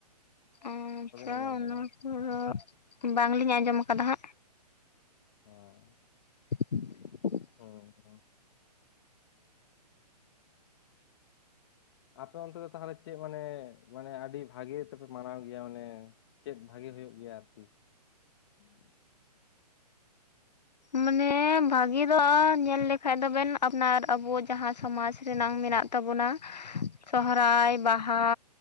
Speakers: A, on the left; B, on the left.
A: ᱟᱪᱷᱟ
B: ᱟᱸᱡᱚᱢ
A: ᱚᱱᱟ
B: ᱟᱠᱟᱫᱟ?
A: ᱠᱚᱫᱚ ᱵᱟᱝᱞᱤᱧ ᱟᱸᱡᱚᱢ ᱠᱟᱫᱟ ᱦᱟᱸᱜ᱾
B: ᱚᱸᱻ
A: ᱠᱷᱚᱴᱼᱠᱷᱚᱴ ᱠᱷᱚᱴ-ᱠᱷᱟᱴ ᱾
B: ᱚᱸᱻ ᱟᱯᱮ ᱚᱱᱛᱮ ᱫᱚ ᱛᱟᱦᱚᱞᱮ ᱪᱮᱫ ᱢᱟᱱᱮ ᱢᱟᱱᱮ ᱟᱹᱰᱤ ᱵᱷᱟᱜᱮ ᱛᱮᱯᱮ ᱢᱟᱱᱟᱣ ᱜᱮᱭᱟ ᱚᱱᱮ? ᱪᱮᱫ ᱵᱷᱟᱜᱮ ᱦᱩᱭᱩᱜ ᱜᱮᱭᱟ ᱟᱨᱠᱤ? ᱦᱩᱸ
A: ᱢᱟᱱᱮ ᱵᱷᱟᱜᱮ ᱫᱚ ᱧᱮᱞ ᱞᱮᱠᱷᱟᱡ ᱫᱚᱵᱮᱱ ᱟᱯᱱᱟᱨ ᱟᱵᱚ ᱡᱟᱦᱟᱸ ᱥᱚᱢᱟᱡᱽ ᱨᱮᱱᱟᱝ ᱢᱮᱱᱟᱜ ᱾ ᱛᱟᱵᱚᱱᱟ ᱾ ᱥᱚᱦᱨᱟᱭ,
B: ᱦᱩᱸ
A: ᱵᱟᱦᱟ,